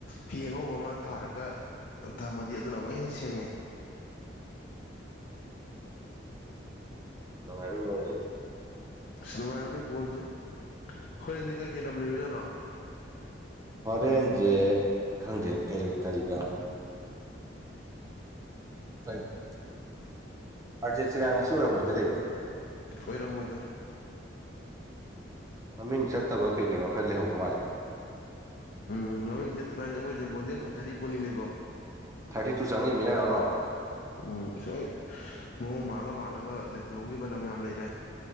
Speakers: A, on the left; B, on the right.
A: ꯐꯤ ꯑꯉꯧꯕ ꯑꯃ ꯊꯥꯔꯒ ꯊꯝꯃꯗꯤ ꯑꯗꯨꯅ ꯑꯃꯨꯛ ꯍꯦꯟꯅ ꯁꯦꯡꯉꯦ
B: ꯅꯨꯡꯉꯥꯢꯕꯩ ꯃꯋꯣꯡꯅꯤꯅꯦ
A: ꯑꯁ ꯅꯨꯡꯉꯥꯏꯔꯝꯅꯤ ꯕꯣꯟꯁꯦ ꯍꯣꯏꯔꯦꯟꯗꯤ ꯀꯩꯀꯩ ꯂꯝ ꯂꯩꯕꯖꯥꯠꯅꯣ
B: ꯍꯣꯔꯦꯟꯖꯦ ꯈꯪꯗꯦꯅꯦ ꯀꯩ ꯀꯔꯤꯒ ꯀꯩꯒ ꯑꯥꯔꯖꯦꯟꯇꯤꯅꯥ ꯉꯁꯤ ꯑꯣꯏꯔꯃꯣꯏꯗ ꯂꯩꯕ
A: ꯑꯣꯏꯔꯝꯃꯣꯏꯗ
B: ꯃꯃꯤꯡ ꯆꯠꯇꯕ ꯀꯩ ꯀꯅꯣ ꯈꯔ ꯂꯩꯍꯧꯕ ꯃꯥꯜꯂꯦ
A: ꯎꯝ ꯃꯃꯤꯡ ꯆꯠꯇꯕ ꯍꯥꯏꯁꯦ ꯃꯣꯏꯁꯦ ꯕꯣꯟꯗꯤ ꯑꯗꯨꯝ ꯐꯖꯔꯤ ꯄꯣꯠꯅꯤꯅꯦꯀꯣ
B: ꯊꯥꯔꯇꯤ ꯇꯨ ꯆꯪꯉꯛꯏꯃꯤꯅ ꯔꯥꯎꯟ ꯑꯐ
A: ꯎꯝ ꯉ ꯑꯩ ꯃꯑꯣꯡ ꯃꯥꯜꯂ ꯃꯥꯜꯂꯒ ꯂꯩꯍꯧꯈꯤꯕ ꯂꯝ ꯌꯥꯝ ꯂꯩꯔꯦ